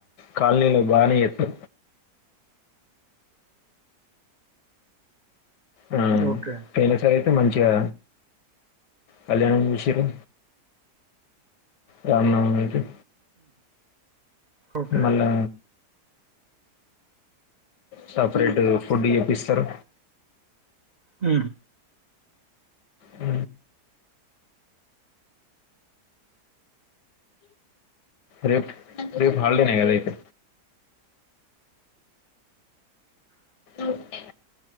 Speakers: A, on the left (about 80°); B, on the right (about 60°).
A: కాలనీలో భారీ ఎత్తు ఆ
B: ఉ ఓకే
A: పెైన సర అయితే మంచిగా కళ్యాణం విషలు రామ్ ఉ
B: ఓకే
A: మళ్ళా సపరేట్ ఫుడ్ చెప్పిస్తారు
B: హ
A: అ రేపు రేపు హాలిడే కదా అయితే ఓకే